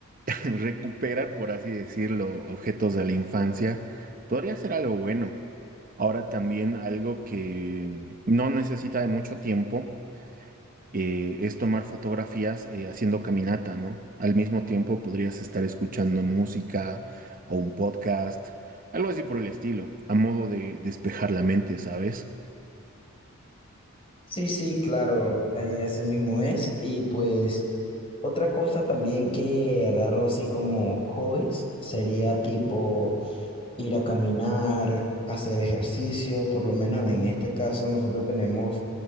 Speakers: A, on the right; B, on the left.
A: <laughs> recuperar, por así decirlo, objetos de la infancia, podría ser algo bueno. Ahora también algo que no necesita de mucho tiempo eh, es tomar fotografías eh, haciendo caminata, ¿no? Al mismo tiempo podrías estar escuchando música o un podcast, algo así por el estilo, a modo de despejar la mente, ¿sabes?
B: Sí, sí, claro, eh, así mismo es. Y pues, otra cosa también que agarro así como hobbies sería tipo ir a caminar, hacer ejercicio, por lo menos en este caso nosotros tenemos